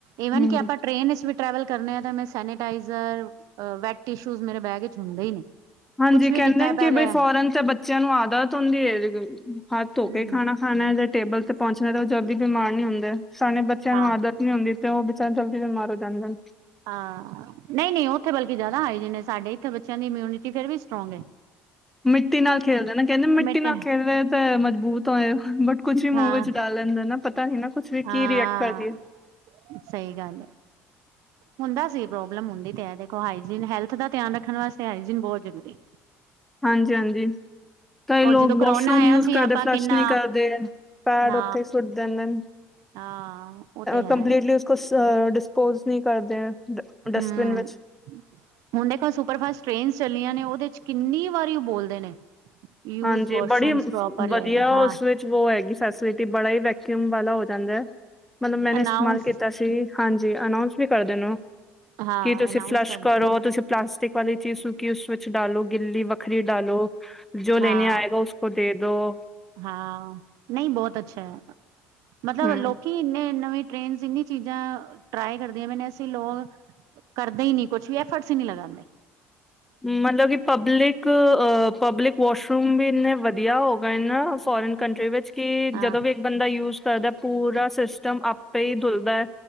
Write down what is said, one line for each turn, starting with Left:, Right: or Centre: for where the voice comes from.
Right: ਇਵਨ
Centre: ਹੂੰ,
Right: ਕਿ ਆਪਾਂ ਟ੍ਰੇਨ ਵਿਚ ਵੀ ਟਰੈਵਲ ਕਰਨੇ ਆ ਤਾਂ ਮੈਂ ਸੈਨੇਟਾਈਜ਼ਰ ਵੈਟ ਟਿਸ਼ੂਜ ਮੇਰੇ ਬੈਗ ਵਿੱਚ ਹੁੰਦੇ ਹੀ ਨੇ।
Centre: ਹਾਂਜੀ
Right: ਕੁਛ ਵੀ
Centre: ਕਹਿੰਦੇ
Right: ਕੀਤਾ
Centre: ਨੇ ਕਿ
Right: ਪਹਿਲੇ
Centre: ਬਈ ਫੋਰਨ ਤੇ ਬੱਚਿਆਂ ਨੂੰ ਆਦਤ ਹੁੰਦੀ ਹੈ ਹੱਥ
Right: ਹੂੰ
Centre: ਧੋ ਕੇ ਖਾਣਾ। ਖਾਣਾ ਜਾਂ ਟੇਬਲ ਤੇ ਪਹੁੰਚਣਾ ਤਾਂ ਉਹ ਜਲਦੀ ਬਿਮਾਰ ਨੀ ਹੁੰਦੇ ਸਾਡੇ ਬੱਚਿਆਂ
Right: ਹਾਂ
Centre: ਨੂੰ ਆਦਤ ਨਹੀ ਹੁੰਦੀ ਤੇ ਉਹ ਬੇਚਾਰੇ ਥੋੜੇ ਜਲਦੀ ਬਿਮਾਰ ਹੋ ਜਾਂਦੇ।
Right: ਹਾਂ ਹਾ ਹਾ। ਨਈਂ ਨਈਂ, ਓਥੇ ਬਲਕਿ ਜਾਦਾ ਹਾਈਜੈਨ ਐ, ਸਾਡੇ ਇੱਥੇ ਬੱਚੇਆਂ ਦੀ ਇਮਿਊਨਿਟੀ ਫੇਰ ਵੀ ਸਟਰੋਂਗ ਐ।
Centre: ਮਿੱਟੀ ਨਾਲ ਖੇਲਦੇ ਨ, ਕੈਂਦੇ, ਮਿੱਟੀ
Right: ਮਿਟ
Centre: ਨਾਲ ਖੇਲੇ ਤੇ ਮਜਬੂਤ ਹੋਏ ਬਟ ਕੁਛ ਵੀ
Right: ਹਾਂ
Centre: ਮੂੰਹ ਵਿੱਚ ਡਾਲ ਲੈਂਦੇ ਨਾ, ਪਤਾ ਨੀਂ ਨਾ। ਕੁਛ ਵੀ
Right: ਹਾਂ,
Centre: ਕੀ ਰਿਐਕਟ ਕਰਦੀ ਏ
Right: ਸਈ ਗੱਲ ਐ। ਹੁੰਦਾ ਸੀ ਪ੍ਰੋਬਲਮ, ਹੁੰਦੀ ਤੇ ਹੈ ਦੇਖੋ, ਹਾਈਜੀਨ ਹੈਲਥ ਦਾ ਧਿਆਨ ਰੱਖਣ ਵਾਸਤੇ ਹਾਈਜੀਨ ਬਹੁਤ ਜਰੂਰੀ।
Centre: ਹਾਂਜੀ -ਹਾਂਜੀ। ਕਈ
Right: ਔਰ
Centre: ਲੋਕ
Right: ਜਦੋਂ ਕਰੋਨਾ
Centre: ਵਾਸ਼ਰੂਮ
Right: ਆਇਆ
Centre: ਯੂਜ
Right: ਸੀ
Centre: ਕਰਦੇ,
Right: ਆਪਾਂ
Centre: ਫਲੱਸ਼
Right: ਕਿੰਨਾ
Centre: ਨੀਂ ਕਰਦੇ, ਪੈਡ
Right: ਨਾ
Centre: ਉੱਥੇ ਸੁੱਟ ਦੇੰਦੇ ਨ
Right: ਹਾਂ ਉਹ ਤੇ ਹੈ
Centre: ਕੰਪਲੀਟਲੀ ਉਸ ਕੋ ਡਿਸਪੋਜ ਨੀਂ ਕਰਦੇ। ਡਸਟਬਿਨ
Right: ਹਮ
Centre: ਵਿੱਚ
Right: ਹੁਨ ਦੇਖੋ, ਸੁਪਰ ਫਾਸਟ ਟ੍ਰੇਨਸ ਚੱਲੀਆਂ ਨੇ, ਓਦੇ 'ਚ ਕਿੰਨੀ ਵਾਰੀ ਬੋਲਦੇ ਨੇ। ਯੂਜ
Centre: ਹਾਂਜੀ,
Right: ਵਾਸ਼ਰੂਮਸ
Centre: ਬੜੀ
Right: ਪ੍ਰੋਪਰਲੀ
Centre: ਵਧੀਆ
Right: ਹਾਂ
Centre: ਓਸ ਵਿੱਚ ਓ ਹੈਗੀ, ਫੈਸਲਿਟੀ ਬੜਾ ਈ ਵੈਕਊਮ ਵਾਲਾ ਹੋ ਜਾਂਦਾ, ਮਤਲਬ ਮੈੰਨੇ,
Right: ਅਨਾਊਂਸ
Centre: ਇਸਤਮਾਲ ਕੀਤਾ ਸੀ। ਹਾਂਜੀ, ਅਨਾਊਂਸ ਵੀ ਕਰਦੇ ਨ ਓ,
Right: ਹਾਂ
Centre: ਕਿ ਤੁਸੀਂ
Right: ਅਨਾਊਂਸ
Centre: ਫਲੱਸ਼
Right: ਕਰਨਾ
Centre: ਕਰੋ, ਤੁਸੀਂ ਪਲਾਸ ਟਿਕ ਵਾਲੀ ਚੀਜ਼, ਕਿ ਉਸ ਵਿੱਚ ਵਿੱਚ ਡਾਲੋ, ਗਿੱਲੀ ਵੱਖਰੀ ਡਾਲੋ, ਜੋ ਲੈੇਨੇ
Right: ਹਾਂ
Centre: ਆਏਗਾ ਉਸ ਕੋ, ਦੇ ਦੋ।
Right: ਹਾਂ, ਨਈ ਬੌਤ ਅੱਛਾ ਹੈ, ਮਤਲਬ
Centre: ਹਮ
Right: ਲੋਕੀ ਇੰਨੇ ਨਵੇਂ ਟ੍ਰੇਨਸ ਇੰਨੀ ਚੀਜ਼ਾਂ ਟਰਾਈ ਕਰਦੇ ਨੇ, ਅਸੀ ਲੋਗ ਕਰਦੇ ਹੀ ਨੀ ਕੁਛ ਵੀ, ਐਫਰਟਸ ਈ ਨੀਂ ਲਗਾਂਦੇ।
Centre: ਮਤਲਬ ਕਿ, ਪਬਲਿਕ ਅ ਪਬਲਿਕ ਵਾਸ਼ਰੂਮ ਵੀ ਇੰਨੇ ਵਧੀਆ ਹੋ ਗਏ ਨਾ, ਫੋਰਨ ਕੰਟਰੀ ਵਿੱਚ ਕਿ
Right: ਹਾਂ
Centre: ਜਦੋਂ ਵੀ ਬੰਦਾ ਯੂਜ ਕਰਦਾ, ਪੂਰਾ ਸਿਸਟਮ ਆਪੇ ਈ ਦੁਲਦਾ।